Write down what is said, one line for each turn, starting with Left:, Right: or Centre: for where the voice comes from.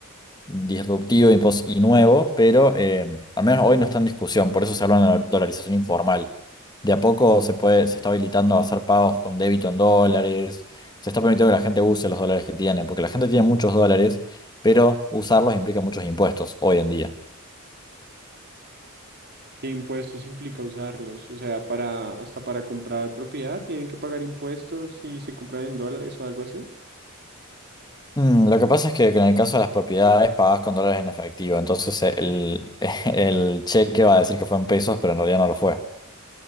Left: disruptivo y, pos- y nuevo, pero eh, al menos hoy no está en discusión, por eso se habla de la dolarización informal. De a poco se puede, se está habilitando a hacer pagos con débito en dólares, se está permitiendo que la gente use los dólares que tiene, porque la gente tiene muchos dólares, pero usarlos implica muchos impuestos hoy en día.
Right: ¿Qué impuestos implica usarlos? O sea, para, hasta para comprar propiedad, ¿tienen que pagar impuestos si se compra en dólares o algo así?
Left: Mm, lo que pasa es que en el caso de las propiedades pagás con dólares en efectivo, entonces el, <laughs> el cheque va a decir que fue en pesos, pero en realidad no lo fue.